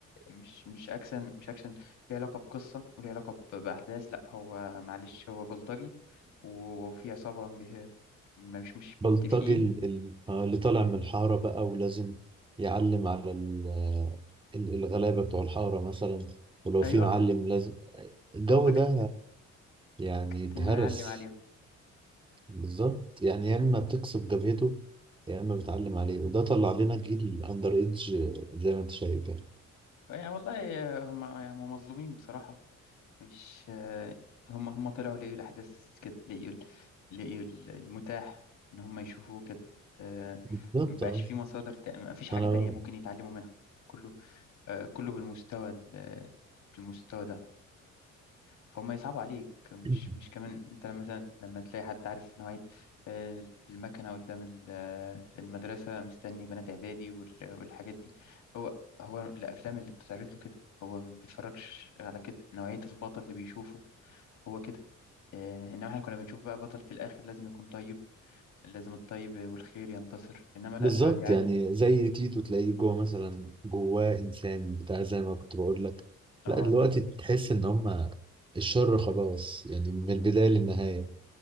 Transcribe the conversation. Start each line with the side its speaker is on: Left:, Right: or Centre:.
Left: مش مش اكشن مش اكشن ليه علاقه بقصه وليه علاقه ب- باحداث لا هو معلش هو بلطجي و- وفي عصابه به- مش مش
Right: بلطجي
Left: متفقين
Right: ال- ال- آه، اللي طالع من الحارة بقى ولازم يعلم على ال- آه، ال- الغلابة بتوع الحارة مثلا ولو
Left: ايوه
Right: في معلم لازم الجو
Left: هو فكره
Right: ده يعني
Left: فكره
Right: اتهرس
Left: انه يعلم عليهم
Right: بالظبط يعني يا اما بتكسب جبهته يا اما بتعلم عليه وده طلع لنا جيل اندر ايدج زي ما انت شايف يعني
Left: يعني والله آه، هم هم مظلومين بصراحه مش آه، هم هم طلعوا لقيوا الأحداث كده لقيوا ال- لقيوا ال- المتاح إن هم يشوفوه كده آه،
Right: بالظبط
Left: مبقاش
Right: اه
Left: في مصادر تا- مفيش حاجة
Right: ما انا
Left: تانية ممكن يتعلموا منها كله آه، كله بالمستوى ال- بالمستوى ده فهم يصعبوا عليك مش
Right: <clears throat>
Left: مش كمان انت لما مثلا لما تلاقي حد عارف نوعية آه، المكنة قدام ال- آه، المدرسة مستني بنات إعدادي وال- والحاجات دي هو هو الأفلام اللي بتتعرض له كده هو ما بيتفرجش على كده نوعية البطل اللي بيشوفه هو كده آه، إنما إحنا كنا بنشوف بقى بطل في الآخر لازم يكون طيب لازم الطيب والخير ينتصر إنما لا
Right: بالظبط
Left: دلوقتي عادي
Right: يعني زي تيتو تلاقيه جوه مثلا جواه انسان بتاع زي ما كنت بقول لك
Left: اه
Right: لا دلوقتي تحس ان هم الشر خلاص يعني من البدايه للنهايه